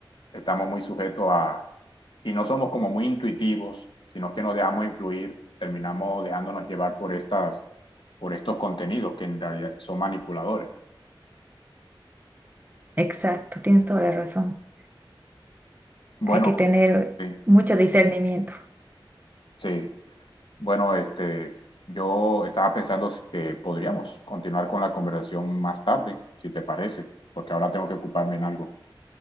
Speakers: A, on the left; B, on the right.
A: estamos muy sujetos a y no somos como muy intuitivos, sino que nos dejamos influir, terminamos dejándonos llevar por estas, por estos contenidos que en realidad son manipuladores.
B: Exacto, tienes toda la razón.
A: Bueno,
B: Hay que tener
A: sí,
B: mucho discernimiento.
A: sí. Bueno, este, yo estaba pensando si- que podríamos continuar con la conversación más tarde, si te parece, porque ahora tengo que ocuparme en algo.